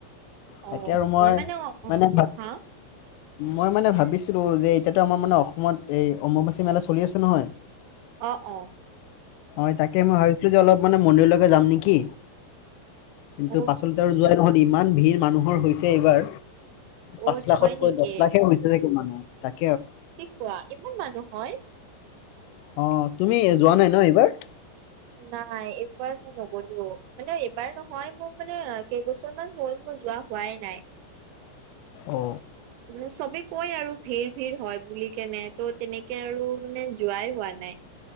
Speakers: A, on the left; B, on the right.
A: তাকে
B: অ
A: আৰু
B: মই মানে অ
A: মানে ভা-
B: হা
A: মই মানে ভাবিছিলো যে এতিয়াতো আমাৰ মানে অসমত এই অম্ববাচী মেলা চলি আছে নহয়
B: অ অ
A: হয় তাকে মই ভাবিছিলো যে অলপ মানে মন্দিৰলৈকে যাম নেকি কিন্তু
B: অ
A: পাচলতে আৰু যোৱাই নহল ইমান ভিৰ মানুহৰ হৈছে এইবাৰ
B: অ
A: পাঁচ লাখতকৈ
B: হয় নেকি
A: দহ লাখে হৈছে চাগে মানুহ তাক
B: কি কোৱা ইমান মানুহ হয়
A: অ, তুমি যোৱা নাই ন' এইবাৰ?
B: নাই এইবাৰ মই নগলোও মানে এইবাৰ নহয় মোৰ মানে কেইবছৰ মান হ'ল মোৰ যোৱা হোৱায়ে নাই।
A: অ।
B: মানে চবে কয় আৰু ভিৰ-ভিৰ হয় বুলি কেনে ত' তেনেকে আৰু মানে যোৱাই হোৱা নাই,